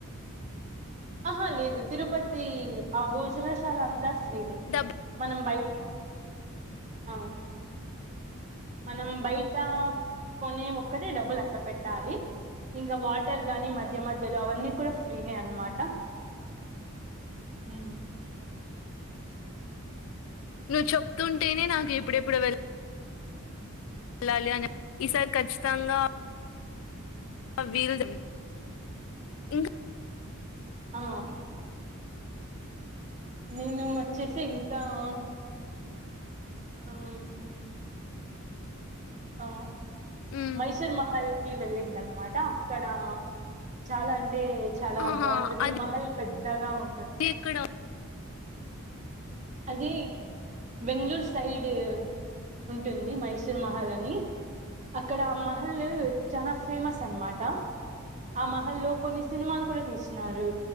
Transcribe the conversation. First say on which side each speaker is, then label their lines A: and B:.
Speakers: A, on the right; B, on the left.
A: ఆహా లేదు తిరుపతి ఆ భోజనశాల అంతా శ్రీ వెంక
B: డబ్
A: మనం బయట అ మనం బయట అ కొనే ఒక్కటే డబ్బులు అసలు పెట్టాలి ఇంకా వాటర్ గానీ మధ్య మధ్యలో అవన్నీ కూడా ఫ్రీ నే అనమాట అహు
B: నువ్వు చెప్తుంటేనే నాకు ఇప్పుడెప్పుడు వెళ వెలాలి అని ఈసారి ఖచ్చితంగా విల్ ఇం
A: ఆ నేను వచ్చేసి ఇంకా ఆ అవును ఆ
B: ఉమ్
A: మైసూర్ మహల్ వెళ్ళింది అనమాట అక్కడ చాలా అ అంటే చాలా
B: ఆహా
A: బాగుంటుంది
B: అది
A: మహల్ పెద్దగా ఉ
B: ఇక్కడ
A: అది బెంగళూరు సైడ్ ఉంటుంది మైసూర్ మహారాణి అక్కడ ఆ మహల్ చాలా ఫేమస్ అనమాట ఆ మహల్ లో కొన్ని సినిమాలు కూడా తీసినారు